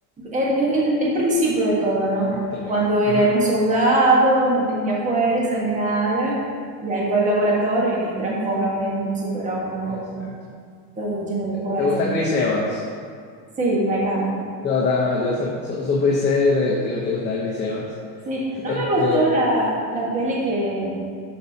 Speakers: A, on the right (about 15°); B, on the left (about 25°).
A: el, el- el principio de todo, ¿no?
B: También.
A: Cuando él
B: Ajá,
A: era un soldado, no tenía fuerza ni nada, y ahí va al laboratorio y transforma en un superhombre, ¿no? Como
B: exacto.
A: todo lleno de fuerza.
B: ¿Te gusta Chris Evans?
A: Sí, me encanta.
B: Yo también, yo su- su- supuse que te, que te gustaba Chris Evans.
A: Sí, no
B: Este,
A: me gustó la, la peli que,